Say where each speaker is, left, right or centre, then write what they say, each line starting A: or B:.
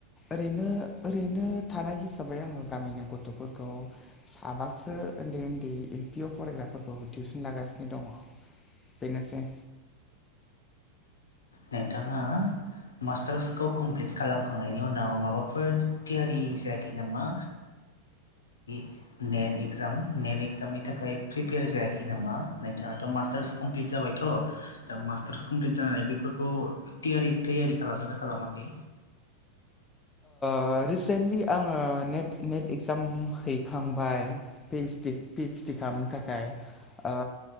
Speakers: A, on the left (about 20°); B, on the left (about 70°).
A: ओरैनो ओरैनो थानाय हिसाबै आङो गामिनि गथ'फोरखौ साबासो उन्दै उन्दै एल पिआव फरायग्राफोरखौ टिउसन लागासिनो दं। बेनोसै
B: नोंथाङा मास्टार्सखौ कमप्लिट खालामखांनायनि उनाव माबाफोर थियारि जायाखै नामा? <unintelligible> नेट इक्जाम नेट इक्जामनि थाखाय प्रिपेयार जायाखै नामा नोंथाङाथ' मास्टार्स कमप्लि जाबायथ' दा मास्टार कमप्लि जानानै बेफोर खौ थियारि थैयारि खालामदोंना खालामाखै?
A: ओ रिसेन्टलि आङो नेट नेट इगजाम हैखांबाय P S D P S D खालामनो थाखाय ओ